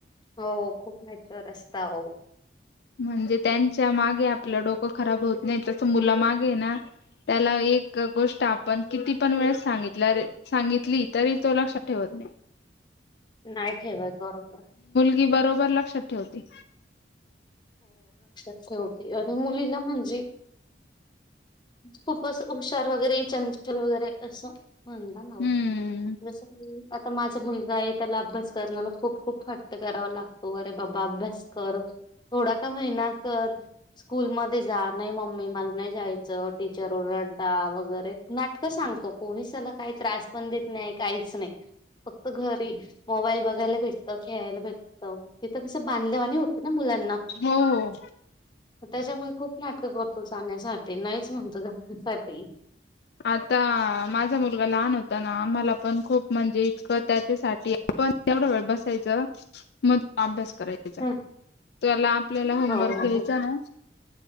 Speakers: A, on the left; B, on the left.
A: हो खूप मॅच्युअर असता हो.
B: म्हणजे त्यांच्या मागे आपलं डोकं खराब होत नाही. तसं मुला मागे ना त्याला एक गोष्ट आपण किती पण वेळेस सांगितल्यावर सांगितली तरी तो लक्षात ठेवत नाही.
A: नाही ठेवात बरोबर
B: ती बरोबर लक्षात ठेवते.
A: शेवटी आणि मुलीला म्हणजे, खूप असं हुशार वगैरे चंचल वगैरे असं. म्हणता नाव
B: हम्म
A: जसं की आता माझा मुलगा आहे. त्याला अभ्यास करण्याला खूप खूप हट्ट करावा लागतो. अरे बाबा अभ्यास कर. थोडा का महिना कर स्कूल मध्ये जा नाही मम्मी मला नाही जायचं टीचर ओर डता वगैरे नाटकं सांगतो. कोणीच त्याला काही त्रास पण देत नाही काहीच नाही. फक्त घरी मोबाईल बघायला भेटतं, खेळायला भेटतं तिथं कसं बांधल्यावाणी होत. ना मुलांना
B: हो हो
A: त्याच्यामुळे खूप नाटक करतो. जाण्यासाठी नाही. च म्हणतो जाण्यासाठी,
B: आता माझा मुलगा लहान आम्हाला पण खूप म्हणजे इतकं त्याच्यासाठी आपण तेवढ वेळ बसायचं मग अभ्यास करायचा.
A: हो
B: त्याला आपल्याला होमवर्क
A: हो
B: घ्यायचा
A: हो
B: ना.